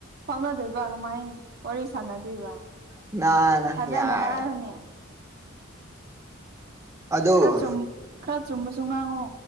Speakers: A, on the right; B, on the right.
A: ꯐꯥꯎꯅꯗꯣꯏꯕ ꯀꯃꯥꯏ ꯋꯥꯔꯤ ꯁꯥꯟꯅꯗꯣꯏꯕ
B: ꯅꯥ ꯅꯥ
A: ꯊꯖꯅꯕ
B: ꯌꯥꯔꯦ
A: ꯍꯥꯏꯌꯨꯅꯦ
B: ꯑꯗꯣ
A: ꯈꯔ ꯈꯔ ꯆꯨꯝꯕꯁꯨ ꯉꯥꯡꯉꯣ